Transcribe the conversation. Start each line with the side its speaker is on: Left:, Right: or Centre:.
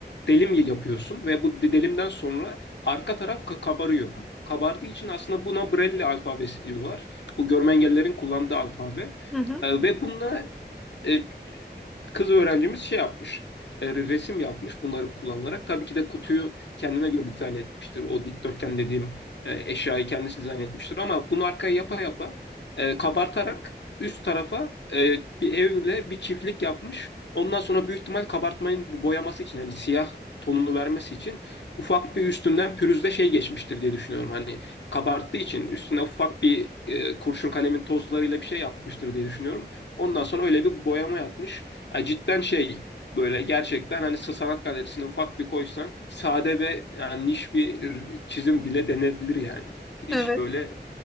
Left: delim yapıyorsun ve bu delimden sonra arka taraf kabarıyor. Kabardığı için aslında buna Braille alfabesi diyorlar. Bu görme engellilerin kullandığı alfabe.
Centre: hı. hı.
Left: E, ve bununla e, Kız öğrencimiz şey yapmış. e, resim yapmış bunları kullanarak. Tabii ki de kutuyu kendine göre dizayn etmiştir. O dikdörtgen dediğim e, eşyayı kendisi dizayn etmiştir. Ama bunu arkaya yapa yapa e, kabartarak üst tarafa e, bir evle bir çiftlik yapmış. Ondan sonra büyük ihtimal kabartmanın bu boyaması için yani siyah tonunu vermesi için ufak bir üstünden pürüzle şey geçmiştir diye düşünüyorum. Hani kabarttığı için üstüne ufak bir e, kurşun kalemin tozlarıyla bir şey yapmıştır diye düşünüyorum. Ondan sonra öyle bir boyama yapmış. Ya cidden şey böyle gerçekten hani sanat galerisine ufak bir koysan sade ve yani niş bir çizim bile denebilir yani. Hiç
Centre: Evet.
Left: böyle